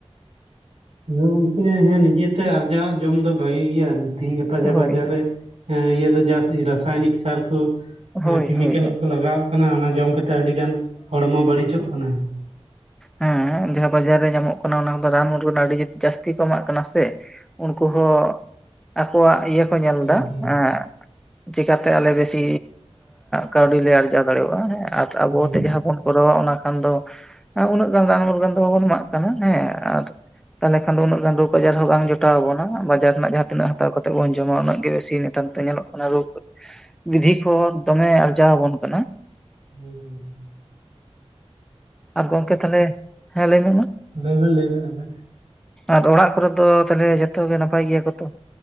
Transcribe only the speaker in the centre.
ᱦᱳᱭ
ᱦᱳᱭ
ᱦᱳᱭ
ᱦᱮᱸ ᱡᱟᱦᱟᱸ ᱵᱟᱡᱟᱨ ᱨᱮ ᱧᱟᱢᱚᱜ ᱠᱟᱱᱟ ᱚᱱᱟ ᱦᱚᱸ ᱵᱟᱫᱟᱢ ᱨᱩᱢ ᱨᱮᱱᱟᱜ ᱟᱹᱰᱤ ᱡᱟᱹᱥᱛᱤ ᱠᱚ ᱮᱢᱟᱜ ᱠᱟᱱᱟ ᱥᱮ ᱩᱱᱠᱩ ᱦᱚᱸ ᱟᱠᱚᱣᱟᱜ ᱤᱭᱟᱹ ᱠᱚ ᱧᱮᱞ
ᱫᱟ
ᱮᱸᱜ ᱪᱮᱠᱟ ᱛᱮ ᱟᱞᱮ ᱵᱮᱥᱤ ᱠᱟᱹᱣᱰᱤ ᱞᱮ ᱟᱨᱡᱟᱣ ᱫᱟᱲᱮᱣᱟᱜ-ᱟ ᱦᱮᱸ ᱟᱨ ᱟᱵᱚ
ᱛᱮᱜᱮ ᱡᱟᱸᱦᱜ ᱵᱚᱱ ᱠᱚᱨᱟᱣᱟ ᱚᱱᱟ ᱠᱷᱟᱱ ᱫᱚ ᱩᱱᱟᱹᱜ ᱜᱟᱱ ᱨᱟᱱ ᱢᱩᱨᱜᱟᱱ ᱫᱚ ᱵᱟᱵᱚᱱ ᱮᱢᱟᱜ ᱠᱟᱱᱟ ᱦᱮᱸ ᱟᱨ ᱛᱟᱦᱚᱞᱮ ᱠᱷᱟᱱ ᱫᱚ ᱩᱱᱟᱹᱜ ᱜᱟᱱ ᱫᱚ ᱨᱚᱜ ᱵᱟᱡᱟᱨ ᱦᱚᱸ ᱵᱟᱝ ᱡᱚᱴᱟᱣ ᱟᱵᱚᱱᱟ ᱵᱟᱡᱟᱨ ᱨᱮᱱᱟᱜ ᱡᱟᱦᱟᱸ ᱛᱤᱱᱟᱹᱜ ᱦᱟᱛᱟᱣ ᱠᱟ- ᱛᱮᱜ ᱵᱚᱱ ᱡᱚᱢᱟ ᱩᱱᱟᱹᱜ ᱜᱮ ᱤᱥᱤ ᱱᱮᱛᱟᱨ ᱫᱚ ᱧᱮᱞᱚᱜ ᱠᱟᱱᱟ ᱨᱳᱜᱽ ᱵᱤᱫᱷᱤ ᱠᱚ ᱫᱚᱢᱮ ᱟᱨᱡᱟᱣ ᱟᱵᱚᱱ ᱠᱟᱱᱟ
ᱟᱨ ᱜᱚᱝᱠᱮ ᱛᱟᱦᱚᱞᱮ ᱦᱮᱸ ᱞᱟᱹᱭ ᱢᱮ ᱢᱟ
ᱟᱨ ᱚᱲᱟᱜ ᱠᱚᱨᱮ ᱫᱚ ᱛᱟᱦᱚᱞᱮ ᱡᱚᱛᱚ ᱜᱮ ᱱᱟᱯᱟᱭ ᱜᱮᱭᱟ ᱠᱚ ᱛᱚ